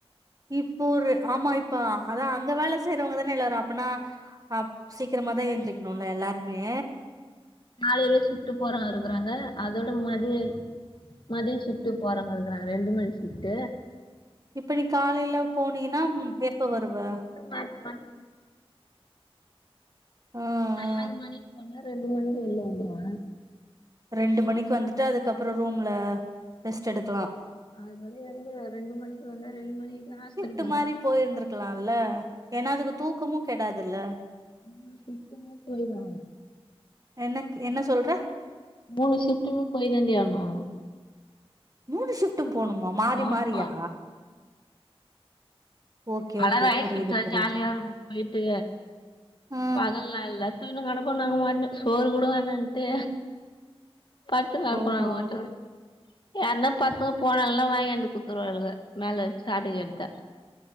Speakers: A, on the right; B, on the left.
A: இப் போ ஒரு ஆமா இப்ப அதா அந்த வேல செய்றவங்கதான எல்லாரு அப்பனா அப் சீக்கரமாதா எந்திர்க்கணுல எல்லாருமே
B: காலேல ஷிஃப்ட்டு போறாங்க இருக்கறாங்க அதோட மதிய மதிய ஷிஃப்ட்டு போறவங்க இருக்கறாங்க ரெண்டு மணி ஷிஃப்ட்டு
A: இப்ப நீ காலேல போனீய்னா எப்ப வருவ
B: மத் மத்
A: ஆ
B: இப்பெல்லா
A: ஆ
B: ஆறு மணிக்கு போனா ரெண்டு மணிக்கு வெளில வந்துருவ
A: ரெண்டு மணிக்கு வந்துட்டு அதுக்கப்றோ ரூம்ல ரெஸ்ட் எடுக்லா
B: அதனாலே வந்து ரெண்டு மணிக்கு வந்தா ரெண்டு மணிக்குதா
A: ட்டு
B: <unintelligible>
A: மாரி போய்ருந்துருக்கலால்ல ஏன்னா அதுக்கு தூக்கமு கெடாதுல்ல
B: மூனு ஷிப்ட்டுமே போய்ரு
A: எனக்கு என்ன சொல்ற
B: மூணு ஷிப்டுமே போய் தாண்டி ஆகணு
A: மூணு ஷிப்ட்டும் போணுமா மாறி
B: ஆமா
A: மாறியா ஓகே
B: <unintelligible>
A: ஓகே புரியுது
B: ஷிப்ட்டு
A: புரியுது
B: ஜாலியா இருக்கு போய்ட்டு
A: ஆ
B: பகல்லல்ல சீனு நடப்போ நாங்க ஒன்னு சோறு கூட வேனாட் ட்டு படுத்துங்க அப்பா
A: ஓஹோ
B: <unintelligible> யார்னா பசங்க போனாங்கல்ல வாங்கியாந்து குத்துருவாளுக மேல வெச்சி ஆட்டு கரி எத்தா